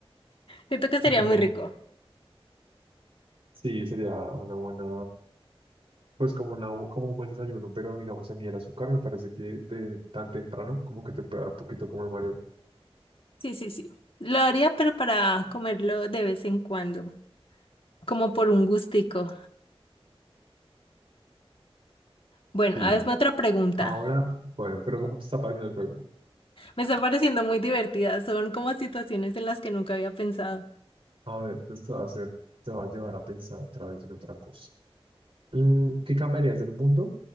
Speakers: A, on the left; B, on the right.
A: Siento que sería
B: No,
A: muy rico.
B: sí, sería una buena, pues como, una, bu- como un buen desayuno, pero digamos a mí el azúcar me parece que de- tan temprano como que te puede dar un poquito como de mareo.
A: Sí, sí, sí. Lo haría, pero para comerlo de vez en cuando, como por un gustico. Bueno,
B: Sí,
A: hazme otra pregunta.
B: ahora, bueno, pero ¿cómo te está pareciendo el juego?
A: Me está pareciendo muy divertida. Son como situaciones en las que nunca había pensado.
B: A ver, pues te va a hacer, te va a llevar a pensar otra vez en otra cosa. Mm, ¿Qué cambiarías del mundo